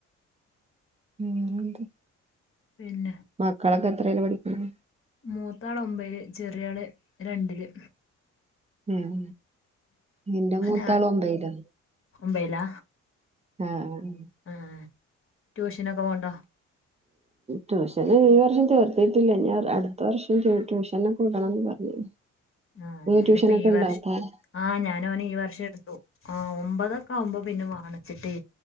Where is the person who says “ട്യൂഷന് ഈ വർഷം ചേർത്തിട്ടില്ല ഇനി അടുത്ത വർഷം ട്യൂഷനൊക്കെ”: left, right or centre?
Right